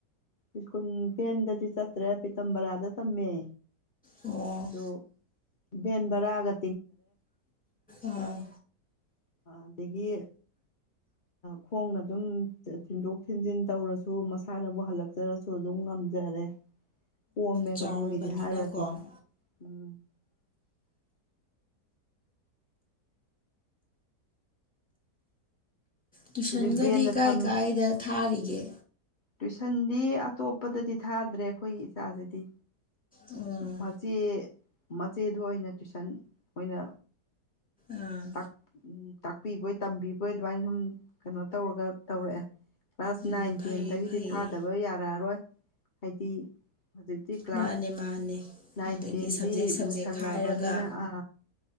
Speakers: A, on the left; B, in the centre.
A: ꯁꯀꯨꯜ ꯐꯦꯟꯗꯗꯤ ꯆꯠꯇ꯭ꯔꯦ ꯍꯥꯏ ꯄꯤꯇ ꯕꯔꯥꯗ ꯇꯝꯃꯦ
B: ꯑꯣ
A: ꯑꯗꯣ ꯦꯟꯦꯟꯕꯔꯒ
B: ꯑꯣ
A: ꯑꯗꯒꯤ ꯈꯣꯡꯅ ꯑꯗꯨꯝ ꯊꯤꯟꯗꯣꯛ ꯊꯤꯟꯖꯤꯟ ꯇꯧꯔꯁꯨ ꯃꯁꯥꯅꯕꯨ ꯍꯜꯂꯛꯆꯔꯁꯨ ꯑꯗꯨꯝ ꯉꯝꯖꯔꯦ ꯀꯣꯝꯃꯦ
B: ꯆꯥꯎꯔꯕꯅꯤꯅꯀꯣ
A: ꯑꯗꯨꯒꯤꯗꯤ ꯍꯥꯏꯔꯨꯔꯗꯤ
B: <unintelligible>
A: ꯎꯝ
B: ꯇꯨꯏꯁꯟꯒꯗꯤ
A: ꯍꯧꯖꯤꯛ ꯕꯦꯟꯗ
B: ꯀꯥꯏ
A: ꯊꯝ
B: ꯀꯥꯏꯗ ꯊꯥꯔꯤꯒꯦ
A: ꯇꯨꯏꯁꯟꯗꯤ ꯑꯇꯣꯞꯄꯗꯗꯤ ꯊꯥꯗ꯭ꯔꯦ ꯑꯩꯈꯣꯏꯒꯤ ꯏꯆꯥꯁꯤꯗꯤ
B: ꯑꯣ
A: ꯃꯆꯦ ꯃꯆꯦꯗꯨ ꯑꯣꯏꯅ ꯇꯨꯏꯁꯟ ꯑꯣꯏꯅ
B: ꯑꯥ
A: ꯇ ꯇꯥꯛꯄꯤꯕꯣꯏ ꯇꯝꯕꯤꯕꯣꯏ ꯑꯗꯨꯃꯥꯏꯅ ꯁꯨꯝ ꯀꯩꯅꯣ ꯇꯧꯔꯒ ꯇꯧꯔꯛꯑꯦ ꯀ꯭ꯂꯥꯁ
B: ꯎꯝ
A: ꯅꯥꯏꯟ
B: ꯐꯩꯌꯦ
A: ꯇꯦꯟꯗꯒꯤ
B: ꯐꯩꯌꯦ
A: ꯗꯤ ꯊꯥꯗꯕ ꯌꯥꯔꯛꯑꯔꯣꯏ ꯍꯥꯏꯗꯤ ꯍꯧꯖꯤꯛꯇꯤ ꯀ꯭ꯂꯥꯁ
B: ꯃꯥꯅꯦ ꯃꯥꯅꯦ
A: ꯅꯥꯏꯟ
B: ꯑꯗꯒꯤ
A: ꯇꯦꯟꯗꯤ
B: ꯁꯕꯖꯦꯛ ꯁꯕꯖꯦꯛ
A: ꯂꯨꯁꯜꯂꯛꯑꯕꯅꯤꯅ
B: ꯈꯥꯏꯔꯒ
A: ꯑ